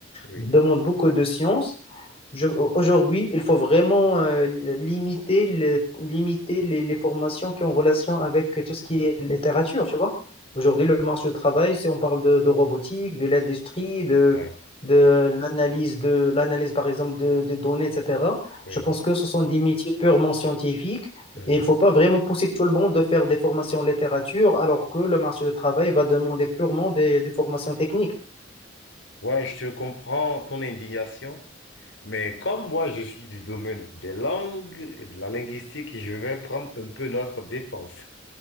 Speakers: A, on the left; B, on the left.
A: oui,
B: demandent beaucoup de sciences. Je- aujourd'hui, il faut vraiment euh, limiter, le- limiter les, les formations qui ont relation avec tout ce qui est littérature, tu vois. Aujourd'hui, le marché du travail, si on parle de, de robotique, de l'industrie, de,
A: ouais,
B: de l'analyse, de l'analyse, par exemple, de, de données, etc.,
A: oui.
B: je pense que ce sont des métiers purement scientifiques
A: Mhm.
B: et il ne faut pas vraiment pousser tout le monde de faire des formations en littérature alors que le marché du travail va demander purement des, des formations techniques.
A: Ouais, je te comprends ton indignation, mais comme moi, je suis du domaine des langues et de la linguistique, je vais prendre un peu notre défense.